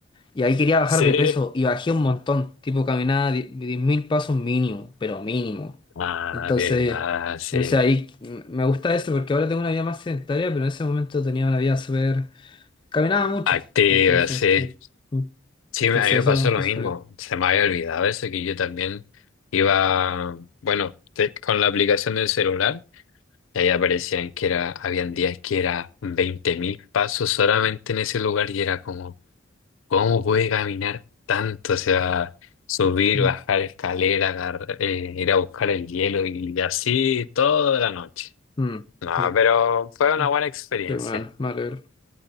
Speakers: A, on the left; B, on the left.
A: Y ahí quería bajar
B: Sí.
A: de peso y bajé un montón, tipo caminaba die- 10.000 pasos mínimo, pero mínimo.
B: Ah,
A: Entonces,
B: verdad, sí.
A: no sé, ahí m- me gusta eso porque ahora tengo una vida más sedentaria, pero en ese momento tenía una vida súper... Caminaba mucho,
B: Activa,
A: entonces,
B: sí.
A: sí. Mm.
B: Sí,
A: Entonces,
B: a mí me
A: eso
B: pasó
A: es una
B: lo
A: cosa
B: mismo.
A: por
B: Se me había olvidado eso, que yo también iba, bueno, te- con la aplicación del celular, y ahí aparecían que era, habían días que era 20.000 pasos solamente en ese lugar y era como... ¿Cómo puede caminar tanto? O sea, subir,
A: Mm.
B: bajar escalera, agar- eh, ir a buscar el hielo y así toda la noche.
A: Mm, Mm.
B: No,
A: sí.
B: pero fue
A: Qué
B: una
A: bueno.
B: buena experiencia.
A: qué bueno, me alegro.